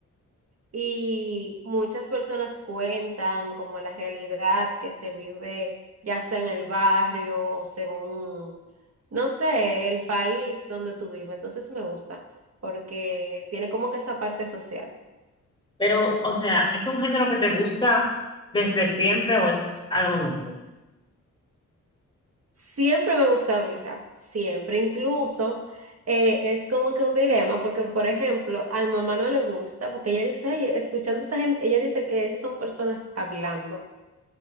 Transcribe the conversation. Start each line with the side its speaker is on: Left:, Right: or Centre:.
Right: y muchas personas cuentan como la realidad que se vive, ya sea en el barrio o según, no sé, el país donde tú vives. Entonces me gusta, porque tiene como que esa parte social.
Left: Pero, o sea, ¿es un género que te gusta desde siempre o es algo nuevo?
Right: Siempre me gusta el rap, siempre, incluso eh, es como que un dilema, porque por ejemplo, a mi mamá no le gusta, porque ella dice, "Ay, escuchando esa gente, ella dice que esas son personas hablando,